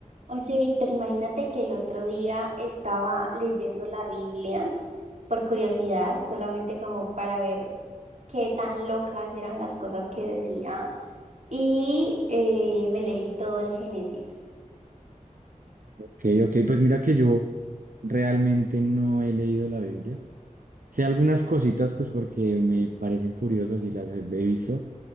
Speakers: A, on the right (about 60°); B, on the right (about 85°).
A: Oye, Víctor, imagínate que el otro día estaba leyendo la Biblia por curiosidad, solamente como para ver qué tan locas eran las cosas que decía, y eh, me leí todo el Génesis.
B: Ok, ok, pues mira que yo realmente no he leído la Biblia. Sé algunas cositas, pues porque me parecen curiosas y las he visto,